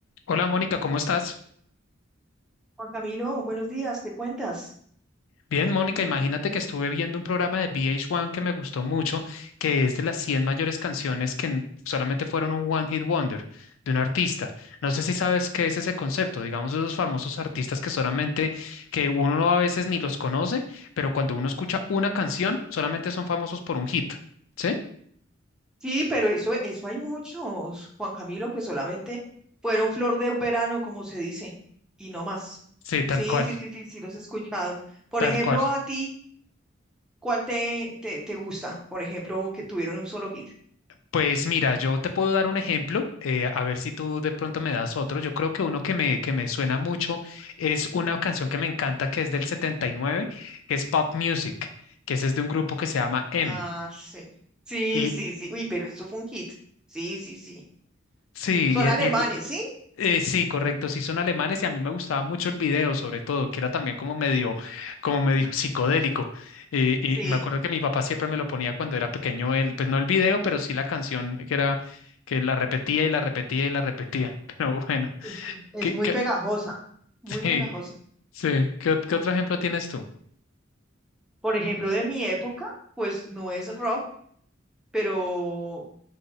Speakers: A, on the left; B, in the centre.
A: Hola Mónica, ¿cómo estás?
B: Juan Camilo, buenos días, ¿qué cuentas?
A: Bien, Mónica, imagínate que estuve viendo un programa de VH1 que me gustó mucho, que es de las 100 mayores canciones que n- solamente fueron un One Hit Wonder de un artista. No sé si sabes qué es ese concepto, digamos, esos famosos artistas que solamente, que uno no a veces ni los conoce, pero cuando uno escucha una canción, solamente son famosos por un hit, ¿sí?
B: Sí, pero eso, Eso hay muchos, Juan Camilo, que solamente fueron flor de un verano, como se dice, y no más.
A: Sí, tal
B: Sí,
A: cual,
B: sí, sí, sí, sí, los he escuchado. Por
A: tal
B: ejemplo,
A: cual.
B: a ti, ¿cuál te, te, te gusta? Por ejemplo, que tuvieron un solo hit.
A: Pues mira, yo te puedo dar un ejemplo, eh, a ver si tú de pronto me das otro. Yo creo que uno que me, que me suena mucho es una canción que me encanta, que es del 79, que es Pop Music, que ese es de un grupo que se llama M.
B: ah, sí. Sí,
A: Y
B: sí, sí. Uy, pero eso fue un hit. Sí, sí, sí.
A: sí,
B: Son alemanes,
A: y- y- y-
B: ¿sí?
A: eh, sí, correcto, sí son alemanes y a mí me gustaba mucho el video, sobre todo, que era también como medio, como medio <laughs> psicodélico. Eh, y,
B: Sí.
A: y me acuerdo que mi papá siempre me lo ponía cuando era pequeño, el, pues no el video, pero sí la canción que era, que la repetía y la repetía y la repetía. <laughs> Pero bueno.
B: Es, es- es
A: ¿Qué,
B: muy
A: qué-
B: pegajosa,
A: <laughs>
B: muy
A: sí,
B: pegajosa.
A: sí. ¿Qué, ot- qué otro ejemplo tienes tú?
B: Por ejemplo, de mi época, pues no es rock, pero